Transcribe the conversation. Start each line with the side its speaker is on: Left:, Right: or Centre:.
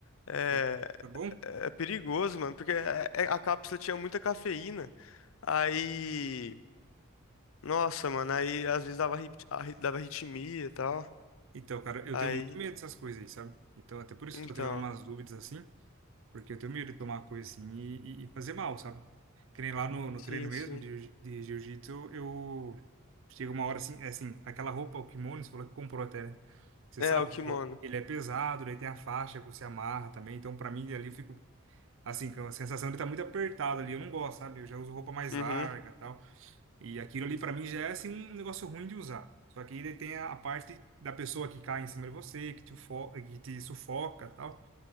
Left: é,
Right: Foi, foi bom?
Left: é é perigoso, mano, porque é- é- a cápsula tinha muita cafeína. Aí, nossa, mano, aí às vezes dava, arrit- arri- dava arritmia e tal.
Right: Então, cara, eu
Left: Aí,
Right: tenho muito medo dessas coisas aí, sabe? Então, até por isso
Left: então,
Right: que eu tô tirando umas dúvidas assim. Porque eu tenho medo de tomar uma coisa assim e, e- e fazer mal, sabe? Que nem lá no, no
Left: sim,
Right: treino mesmo
Left: sim.
Right: de, de jiu-jitsu, eu chega uma hora assim, é assim, aquela roupa, o kimono, você falou que comprou até, né? Você
Left: É,
Right: sabe,
Left: o kimono.
Right: tipo, ele é pesado, daí tem a faixa que você amarra também. Então, pra mim, ali eu fico, assim, com a sensação de estar muito apertado ali. Eu não gosto, sabe? Eu já uso roupa mais
Left: Uhum.
Right: larga e tal. E aquilo ali, pra mim, já é, assim, um negócio ruim de usar. Só que ele tem a, a parte da pessoa que cai em cima de você, que te, ufo- que te sufoca e tal